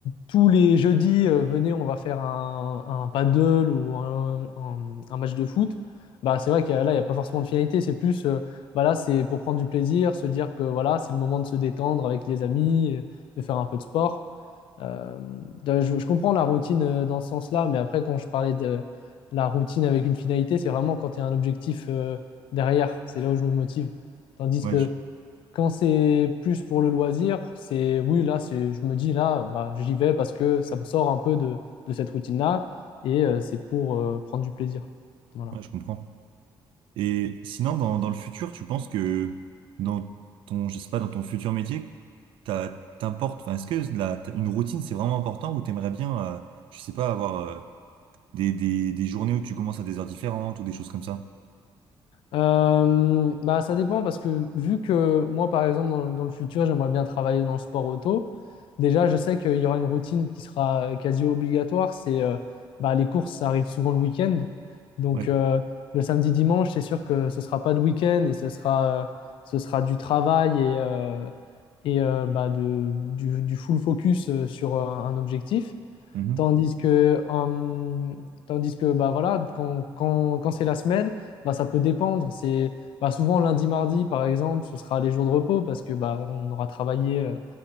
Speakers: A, on the left; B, on the right.
A: tous les jeudis euh, venez, on va faire un, un paddle ou un, un- un match de foot, bah c'est vrai que là il n'y a pas forcément de finalité. C'est plus euh, bah là c'est pour prendre du plaisir, se dire que voilà c'est le moment de se détendre avec les amis, euh, de faire un peu de sport. Euh, de- je, je comprends la routine euh, dans ce sens-là, mais après quand je parlais de la routine avec une finalité, c'est vraiment quand il y a un objectif euh, derrière. C'est là où je me motive, tandis
B: Ouais,
A: que
B: je,
A: quand c'est plus pour le loisir, c'est oui, là, c'est, je me dis là, bah, j'y vais parce que ça me sort un peu de, de cette routine-là et euh, c'est pour euh, prendre du plaisir. Voilà.
B: ouais, je comprends. Et sinon, dans, dans le futur, tu penses que dans ton, je sais pas, dans ton futur métier, t'as, t'importe, enfin, est-ce que la, t- une routine, c'est vraiment important ou t'aimerais bien, euh, je sais pas, avoir euh, des, des, des journées où tu commences à des heures différentes ou des choses comme ça?
A: Euh, bah, ça dépend parce que vu que moi, par exemple, dans, dans le futur, j'aimerais bien travailler dans le sport auto, déjà, je sais qu'il y aura une routine qui sera quasi obligatoire, c'est euh, bah, les courses, ça arrive souvent le week-end. Donc
B: Ouais.
A: euh, le samedi, dimanche, c'est sûr que ce sera pas de week-end et ce sera, euh, ce sera du travail et, euh, et euh, bah, de- du, du full focus euh, sur euh, un objectif.
B: Mhm.
A: Tandis que, hum, tandis que bah voilà, quand, quand- quand c'est la semaine, bah ça peut dépendre. C'est bah souvent lundi, mardi, par exemple, ce sera les jours de repos parce que bah on aura travaillé euh,